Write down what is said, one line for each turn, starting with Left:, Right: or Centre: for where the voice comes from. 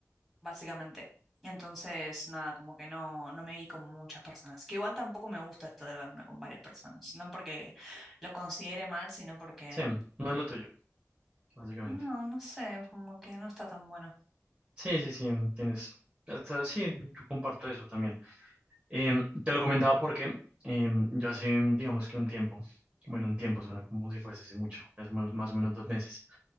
Centre: básicamente. Entonces, nada, como que no, no me vi con muchas personas, que igual tampoco me gusta esto de verme con varias personas, no porque lo considere mal, sino porque,
Right: Sí, no es lo tuyo, básicamente.
Centre: no, no sé, como que no está tan bueno.
Right: Sí, sí, sí, mm, tienes, hasta- sí, yo comparto eso también. Em, te lo comentaba porque em, yo hace, mm, digamos que un tiempo, bueno, un tiempo suena como si fuese hace mucho, es más, más o menos dos meses.